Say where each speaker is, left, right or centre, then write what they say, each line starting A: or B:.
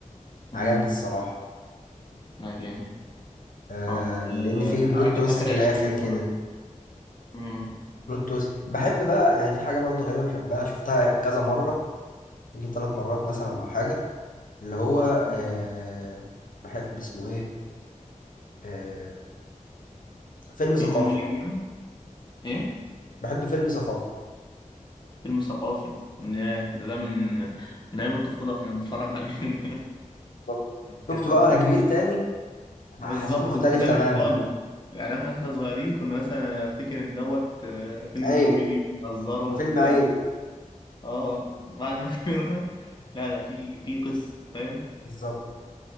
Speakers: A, on the left; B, on the left.
A: امم
B: عجبني الصراحة
A: لا جامد
B: آه
A: طب
B: لأن
A: آه
B: فيه بلوت
A: آخر,
B: تويست
A: اخر
B: في
A: 20
B: الآخر
A: سنة
B: كده
A: امم
B: بلوت تويست بحب بقى يعني في حاجة برضو غريبة بحبها شفتها كذا مرة يمكن ثلاث مرات مثلا او حاجه اللي هو
A: أمم.
B: آه بحب اسمه ايه آه فيلم
A: في
B: ثقافي
A: فيلم يعني ما ايه
B: بحب فيلم ثقافي
A: فيلم ثقافي ياه، ده ده من من ايام الطفولة واحنا بنتفرج عليه <laughs>
B: بالظبط. شفته
A: كان
B: بقى وانا كبير تاني
A: بالظبط
B: حسيته مختلف
A: مختلف
B: تماما
A: خالص يعني احنا احنا صغيرين كنا مثلا افتكر ان دوت آه، فيلم
B: عيب
A: كوميدي وبنهزره
B: وفيلم
A: وبتاع
B: عيب
A: اه بعد ما <laughs> كبرنا لا ده في في قصة فاهم
B: بالظبط